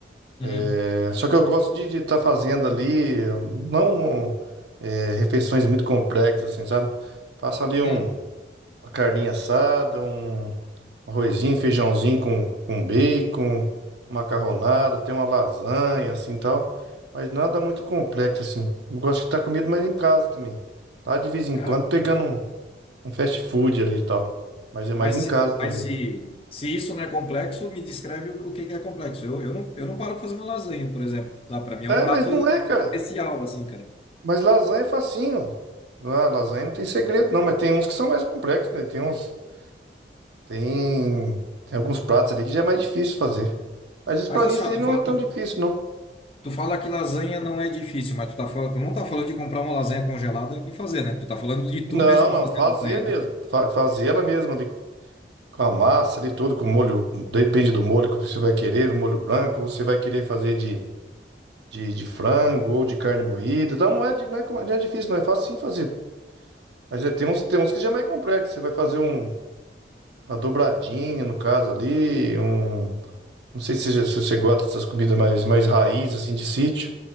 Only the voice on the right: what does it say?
É, só que eu gosto de estar fazendo ali, não é, refeições muito complexas, assim, sabe? Faço ali
um, uma carninha assada, um arrozinho, feijãozinho com, com bacon, uma macarronada, tem uma lasanha, assim, tal. Mas nada muito complexo, assim. Eu gosto de estar comida mais em casa também. Tá, de vez em
quando, pegando um, um fast food ali e tal. Mas é mais
em
casa também.
É,
mas não é, cara.
Mas lasanha é facinho. Ah, lasanha não tem segredo, não, mas tem uns que são mais complexos, né? Tem uns. Tem. Tem alguns pratos ali que já é mais difícil fazer. Mas isso
pra
mim isso
aí
não
é tão
difícil, não.
Não,
não,
fazer
mesmo.
Fa- fazer ela mesma ali com a massa ali tudo, com o molho. Depende do molho que você vai querer, o molho branco, ou você vai querer fazer de, de, de frango ou de carne moída. Então não é, de- não é, com- não é difícil, não é fácil sim fazer. Mas é, tem uns, tem uns que já é mais complexo. Você vai fazer um, uma dobradinha, no caso ali, um. Não sei se, se você gosta dessas comidas mais, mais raiz, assim, de sítio.